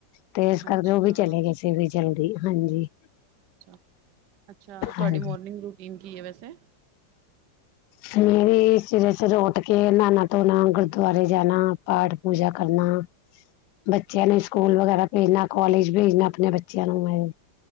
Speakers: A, on the left; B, on the right.
A: ਤੇ ਇਸ
B: ਅੱਛਾ
A: ਕਰਕੇ ਉਹ ਵੀ ਚਲੇ ਗਏ ਸੀ। ਵੀ ਜਲਦੀ ਹਾਂਜੀ
B: ਅੱਛਾ ਅੱਛਾ
A: ਹਾਂਜੀ
B: ਤੁਹਾਡੀ ਮੋਰਨਿੰਗ ਰੂਟੀਨ ਕੀ ਹੈ ਵੈਸੇ?
A: ਸਵੇਰੇ ਸਮੇਂ ਸਿਰ ਉੱਠ ਕੇ ਨਹਾਣਾ ਧੋਣਾ ਗੁਰਦੁਆਰੇ ਜਾਣਾ ਪਾਠ ਪੂਜਾ ਕਰਨਾ ਬੱਚਿਆਂ
B: ਅੱਛਾ
A: ਨੂੰ ਸਕੂਲ ਵਗੈਰਾ ਭੇਜਣਾ। ਕੋਲਜ ਭੇਜਣਾ ਆਪਣੇ ਬੱਚਿਆਂ ਨੂੰ ਮੈਂ।